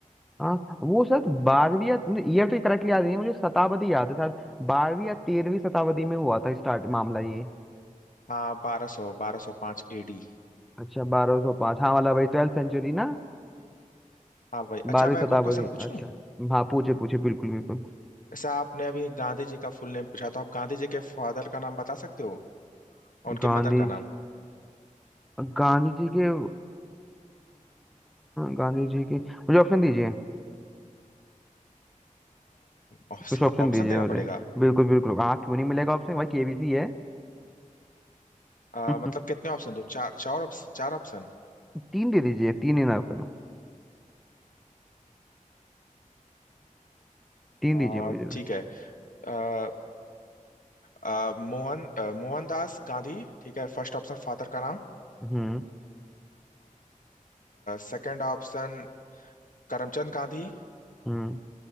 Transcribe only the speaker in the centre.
हाँ वो शायद बारहवीं या ईयर तो करेक्टली याद नहीं है मुझे शताब्दी याद है शायद बारहवीं या तेरहवीं शताब्दी में हुआ था स्टार्ट मामला ये
अच्छा बारह सौ पाँच हाँ वाला भाई ट्वेल्थ सेंचुरी ना
बारहवीं
शताब्दी
अच्छा हाँ पूछे पूछे बिल्कुल बिल्कुल
गांधी
गांधी जी के गांधी जी के मुझे ऑप्शन दीजिए
कुछ ऑप्शन
दीजिए
मुझे
बिल्कुल बिल्कुल हाँ क्यों नहीं मिलेगा ऑप्शन भाई केबीसी है
<laughs>
तीन दे दीजिए तीन ही ना आपका तीन
दीजिए मुझे
हम्म
हम्म